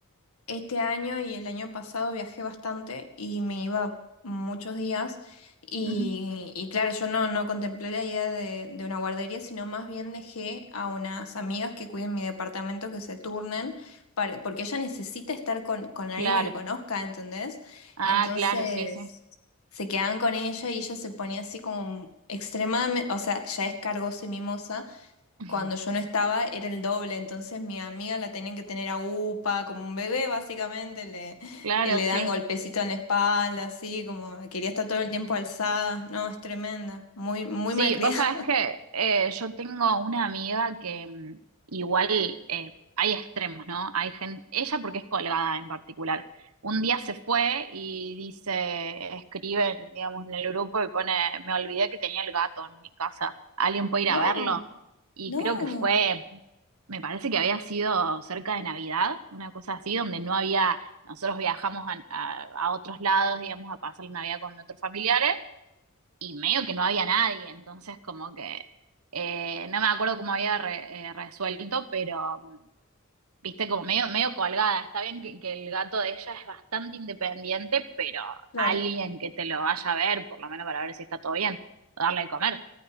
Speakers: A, on the left; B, on the right.
A: este año y el año pasado viajé bastante y me iba muchos días y,
B: Ujú.
A: y claro, yo no, no contemplé la idea de, de una guardería, sino más bien dejé a unas amigas que cuiden mi departamento que se turnen, para- porque ella necesita estar con, con alguien
B: Claro.
A: que conozca, ¿entendés?
B: Ah,
A: Entonces
B: claro, sí, sí.
A: se quedaban con ella y ella se ponía así como extremadamente, o sea, ya es cargosa y mimosa,
B: <laughs>
A: cuando yo no estaba era el doble, entonces mi amiga la tenían que tener a upa, como un bebé básicamente, le,
B: Claro,
A: y le dan
B: sí.
A: golpecito en la espalda, así como quería estar todo el tiempo alzada, no, es tremenda, muy, muy
B: Sí,
A: malcriada.
B: vos sabés
A: <laughs>
B: que eh, yo tengo una amiga que mm, igual eh, hay extremos, ¿no? Hay gente, ella porque es colgada en particular. Un día se fue y dice, escribe, digamos, en el grupo y pone, me olvidé que tenía el gato en mi casa. ¿Alguien puede ir
A: No,
B: a verlo? Y
A: no,
B: creo que fue, me parece que había sido cerca de Navidad, una cosa así, donde no había, nosotros viajamos a, a a otros lados, digamos, a pasar la Navidad con otros familiares y medio que no había nadie, entonces como que eh, no me acuerdo cómo había re- eh, resuelto, pero viste como medio, medio colgada. Está bien que, que el gato de ella es bastante independiente, pero
A: claro.
B: alguien que te lo vaya a ver, por lo menos para ver si está todo bien, o darle de comer.